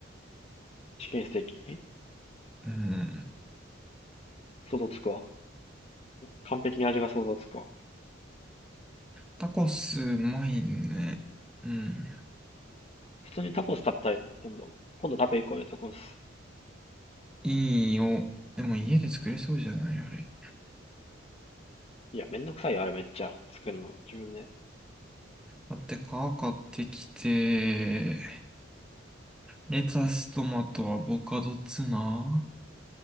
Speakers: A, on the left; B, in the centre.
A: チキンステーキ
B: うん、
A: 想像つくわ。完璧に味が想像つくわ。
B: タコスうまいね。うん、
A: 普通にタコス食べたい今度。今度食べ行こうよ、タコス。
B: いいよ。でも家で作れそうじゃないあれ。
A: いや、めんどくさいよ、あれめっちゃ。作るの。自分で。
B: 買って皮買ってきて、レタス、トマト、アボカド、ツナ。